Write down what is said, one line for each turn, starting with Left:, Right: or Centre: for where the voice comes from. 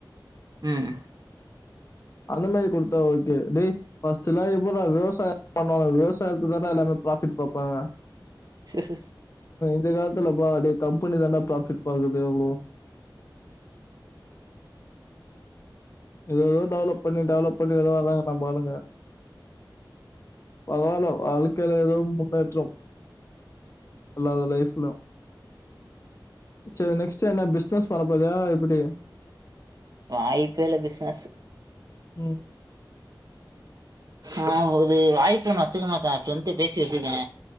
Right: ம்
Left: அந்த மாதிரி கொடுத்தா ஓகே டேய் பர்ஸ்லா எப்டி டா ரோஸ் ப பண்ணுவாங்க விவசாயத்து தா அதுல எல்லாருமே ப்ராஃபிட் பப்பாங்க
Right: ச ச
Left: இந்த காலத்துல பா டெய் கம்பெனி தானா ப்ராஃபிட் பாக்குது உ ஏதோ ஏதோ டெவலப் பண்ணி டெவலப் பண்ணி ஏதோ வராங்க ந பாருங்க பரவால்ல வாழ்க்கையில ஏதவும் முன்னேற்றம் அல்லாத லைஃப்ல செரி நெக்ஸ்ட் என்ன பிசினஸ் பண்ண போரியா எப்டி
Right: வாய்ப்பேல பிசாஸ்
Left: ம்
Right: ஆ ஒரு வாய்ப்பு ஒண்ணு வச்சுக்கமாச்சா ஃப்ரெண்ட் பேசி வச்சுருக்கே